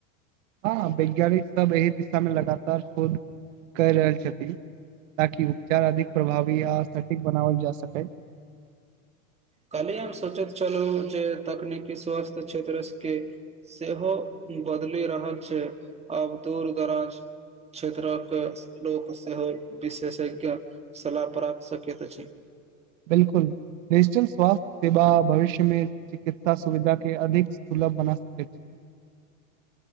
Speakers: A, on the right (about 65°); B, on the right (about 15°).
A: हँ वैज्ञानिक सब एहि दिशा मे लगातार शोध क रहल छथिन ताकि उपचार अधिक प्रभावी आ सटीक बनावल जा सके
B: काल्हि हम सोचैत छलहुँ जे तकनीकी स्वास्थ्य क्षेत्र के सेहो बदलि रहल छै आब दुर दराज क्षेत्रक लोक सेहो विशेषज्ञ सलाह प्राप्त सकैत अछि
A: बिल्कुल डिजिटल स्वास्थ्य सेवा भविष्यमे चिकित्सा सुविधा के अधिक सुलब सब बना सकैत छै